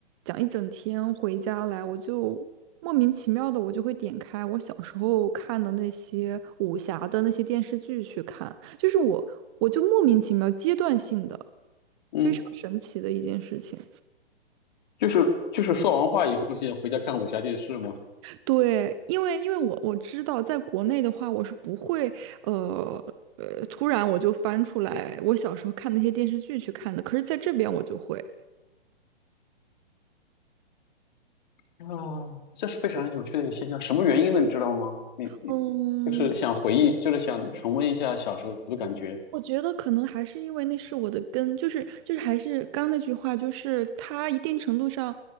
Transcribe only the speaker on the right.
讲一整天，回家来我就莫名其妙的，我就会点开我小时候看的那些武侠的那些电视剧去看，就是我我就莫名其妙阶段性的，
非常神奇的一件事情。
对，因为因为我我知道，在国内的话，我是不会呃呃突然我就翻出来我小时候看那些电视剧去看的，可是在这边我就会。
嗯，
我觉得可能还是因为那是我的根，就是就是还是刚刚那句话，就是它一定程度上